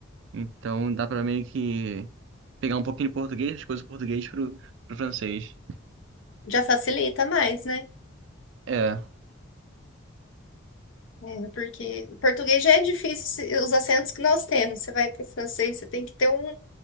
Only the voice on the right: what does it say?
Então dá pra meio que. Pegar um pouquinho de português, as coisas do português pro, pro francês.
É.